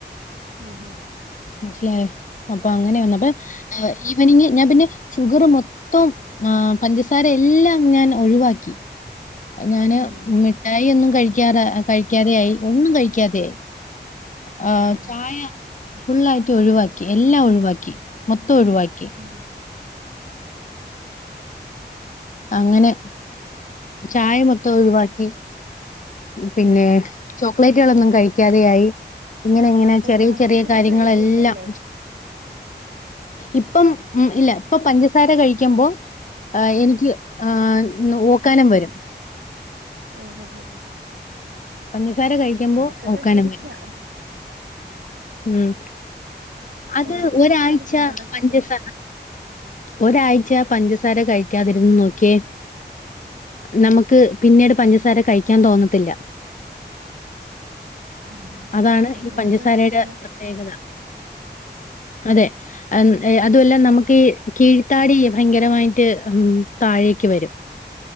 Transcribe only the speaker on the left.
മനസ്സിലായോ അപ്പൊ അങ്ങനെയ വന്നപ്പാ ഹ് ഈവനിംങ്ങ് ഞാൻ പിന്നെ ഷുഗറ് മൊത്തം ആഹ് പഞ്ചസാ തെല്ലാം ഞാൻ ഒഴിവാക്കി ഞാന്
മിഠായി ഒന്നും കഴിക്കാറ കഴിക്കാതെയായി ഒന്നും കഴിക്കാതെയായി ആ
ചായ ഫുൾ ആയി ക്കി ഒഴുവാക്കി എല്ലാം ഒഴുവാക്കി മൊത്തോം ഒഴുവാക്കി
അങ്ങനെ ചായ മ ത്തം ഒഴിവാക്കി പിന്നെ
ചോ പ്ളേറ്റുകളൊന്നും കഴിക്കാതെ ആയി ഇങ്ങനെ ഇങ്ങനെ
ചെറിയ
ചെറിയ
കാര്യങ്ങളെല്ലാം.
ഇപ്പം ഉം ഇല്ല ഇപ്പൊ പഞ്ചസാര കഴിക്കുമ്പോ എനിക്ക് ആ ന് ഓ ക്കാനംവരും
പഞ്ചസാര കഴിക്കുമ്പോ
ഓക്കാനം
വരും. ഉം അത്
ഒരാഴ്ച
പഞ്ചസ ഒരാഴ്ച പഞ്ചസാര കഴിക്കാതിരുന്ന് നോക്കിയേ നമുക്ക് പിന്നീട് പഞ്ചസാര കഴിക്കാൻ തോന്നത്തില്ല
അതാണ്
ഈ പഞ്ചസാരയുടെ
പ്രത്യേകത അതെ അൻ അതുവല്ല നമുക്കി കീഴ്ത്താടി ഭയങ്കരമായിട്ട് ഉം താഴേക്ക് വരും